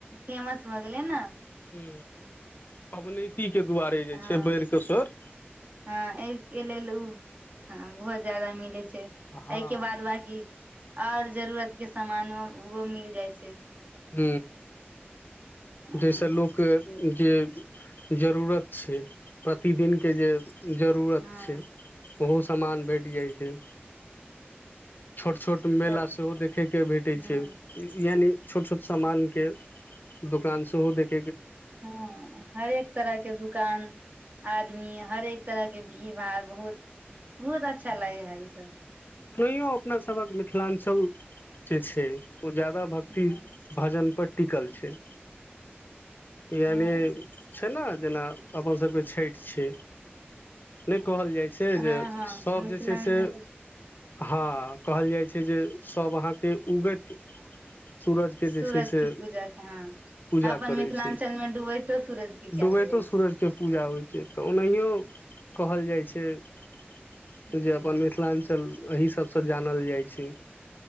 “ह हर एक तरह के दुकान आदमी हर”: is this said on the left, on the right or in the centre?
Right